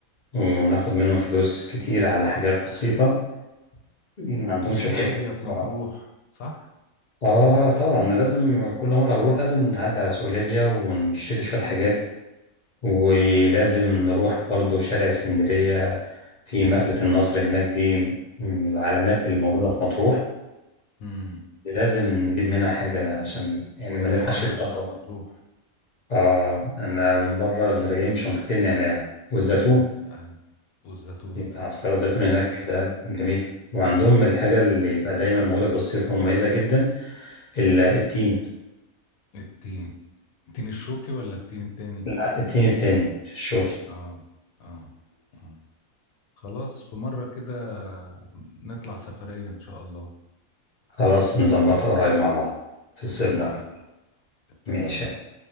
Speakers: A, on the left; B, on the left.
A: وناخد منهم فلوس كتير على حاجات بسيطة ما عندهمش
B: في سوق
A: الحتة
B: ليبيا
A: دي
B: في
A: بصراحة
B: مطروح صح
A: اه طبعا انا لازم كل مرة بروح لازم نعدي على سوق ليبيا ونشتري شوية حاجات ولازم نروح برضو شارع اسكندرية في مقلة النصر هناك دي من العلامات اللي موجودة في مطروح
B: امم
A: لازم نجيب منها حاجة عشان يعني
B: والنعناع
A: ما نرجعش متأخر
B: بتاع مطروح
A: آه أنا مرة كنا راجعين بشنطتين نعناع والزيتون
B: آه. والزيتون صح
A: آه، السلطة الزيتون هناك كده جميل وعندهم الحاجة اللي بقى دايما موجودة في الصيف ومميزة جدا ال- التين
B: التين التين الشوكي ولا التين التاني
A: لا، التين التاني الشوكي
B: اه اه اه خلاص في مرة كده نطلع سفرية إن شاء الله
A: خلاص نظبطها قريب مع بعض في الصيف
B: اتفقنا
A: ده ماشي
B: اتفقنا
A: ماشي يا